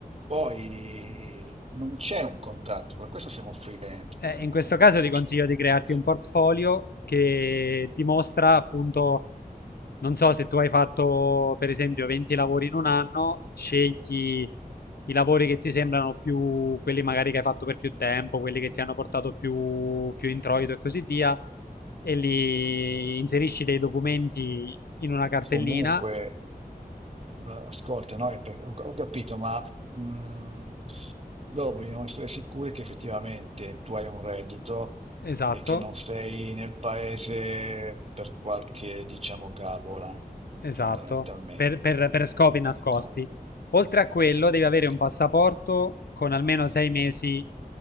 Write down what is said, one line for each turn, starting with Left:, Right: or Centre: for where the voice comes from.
Right: poi non c'è un contratto, per questo siamo freelance,
Left: Eh,
Right: eh,
Left: in questo caso ti consiglio
Right: capisci?
Left: di crearti un portfolio che dimostra appunto, non so se tu hai fatto per esempio 20 lavori in un anno, scegli i lavori che ti sembrano più, quelli magari che hai fatto per più tempo, quelli che ti hanno portato più, più introito e così via, e li inserisci dei documenti in una cartellina,
Right: Comunque, lo- ascolta, no? E per- Ho ho capito, ma mm, loro vogliono essere sicuri che effettivamente tu hai un reddito
Left: esatto,
Right: e che non sei nel paese per qualche, diciamo, gabola,
Left: Esatto,
Right: fondamentalmente.
Left: per, per- per scopi
Right: Ho capito.
Left: nascosti. Oltre a quello, devi avere
Right: Pesco-
Left: un passaporto con almeno sei mesi